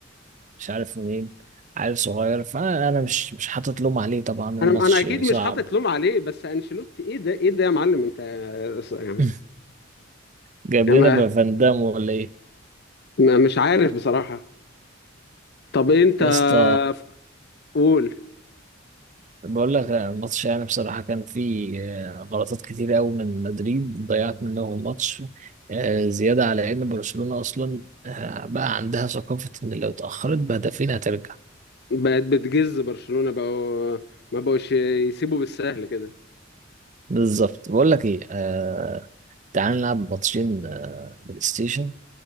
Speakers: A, on the right; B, on the left.
A: مش عارف منين عيل صغير فانا انا مش مش حاطط لوم عليه طبعا الماتش
B: انا انا اكيد
A: صعب
B: مش حاطط لوم عليه بس انشيلوتي ايه ده ايه ده يا معلم انت آه، يعني
A: <laughs> جايب
B: ما
A: لنا فان دام ولا ايه
B: ما- مش عارف بصراحه طب انت
A: يا اسطى
B: ف- قول
A: بقول لك الماتش يعني بصراحة كان فيه آه، غلطات كتير قوي من مدريد ضيعت منهم الماتش آه، زيادة على ان برشلونة اصلا آه، بقى عندها ثقافة ان لو اتأخرت بهدفين هترجع
B: بقت بتجز برشلونه بقوا ما بقوش يسيبوا بالسهل كده
A: بالظبط بقول لك ايه آه... تعال نلعب ماتشين آه... بلاي ستيشن